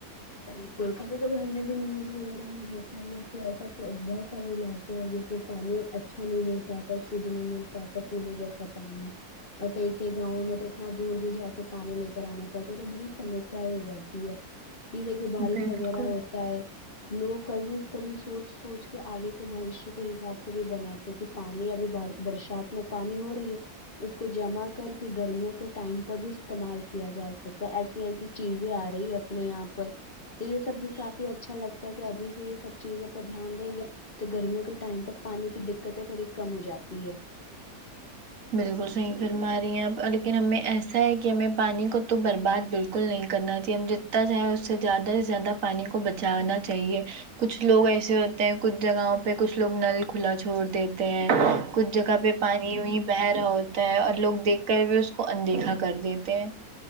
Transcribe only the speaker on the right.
بالکل
بالکل صحیح فرما رہی ہے آپ لیکن ہمیں ایسا ہے کہ ہمیں پانی کو تو برباد بالکل بالکل نہیں کرنا چاہیے ہم جتا چاہیں اس سے زیادہ سے زیادہ پانی کو بچانا چاہیے کچھ لوگ ایسے ہوتے ہیں کچھ جگہوں پہ کچھ لوگ نل کھلا چھوڑ دیتے ہیں کچھ جگہ پہ پانی وہیں بہہ رہا ہوتا ہے اور لوگ دیکھ کر بھی اس کو اندیکھا کر دیتے ہیں